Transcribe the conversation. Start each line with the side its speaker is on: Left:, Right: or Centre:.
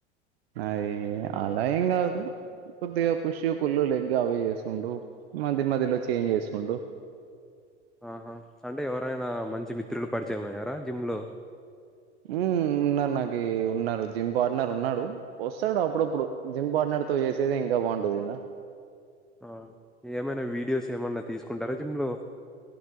Right: అయ్యా ఆల్ అదేం కాదు కొద్దిగా పుష్ పుల్లు లెగ్ అవి చేస్తుండు అంతే మధ్య మధ్యలో చేంజ్ చేస్తుండు ఉ
Centre: ఆహా అంటే ఎవరైనా మంచి మిత్రులు పరిచయమయ్యారా జిమ్ లో
Right: హుమ్ ఉన్నార్ నాక్ ఈ ఉన్నారు జిమ్ పార్ట్నర్ ఉన్నాడు, వస్తాడు అప్పుడప్పుడు జిమ్ పార్ట్నర్ తో చేసేదే ఇంకా బాగుంటది, కదా <unintelligible>
Centre: ఆ ఏమైనా వీడియోస్ ఏమన్నా తీసుకుంటారా జిమ్లో